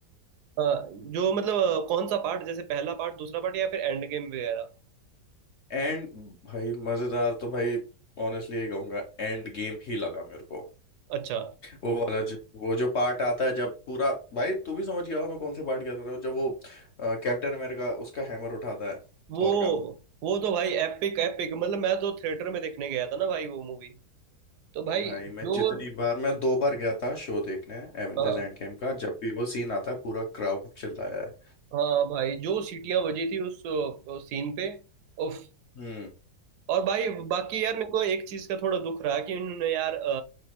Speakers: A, on the right; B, on the left.
A: अ, जो मतलब अ, कौन सा पार्ट जैसे पहला पार्ट दूसरा पार्ट या फिर एंड गेम वगैरह
B: एंड भाई मजेदार तो भाई ऑनेस्टली यही कहूंगा एंड गेम ही लगा मेरे को
A: अच्छा
B: वो वाला जो वो जो पार्ट आता है जब पूरा भाई तू भी समझ गया होगा मैं कौन से पार्ट की बात कर रहा हूँ जब वो कैप्टन अमेरिका उसका हैमर उठाता है
A: वो
B: थॉर का
A: वो तो भाई एपिक एपिक मतलब मैं तो थिएटर में देखने गया था ना भाई वो मूवी तो भाई
B: भाई
A: जो
B: मैं जितनी बार मैं दो बार गया था शो देखने एवेंजर्स
A: हाँ
B: एंड गेम का जब भी वो सीन आता है पूरा क्राउड चिल्लाया है
A: हाँ भाई जो सीटियां बजी थी उस सीन पे उफ
B: हम्म
A: और भाई बाकी यार मेरे को एक चीज का थोड़ा दुख रहा कि उन्होंने यार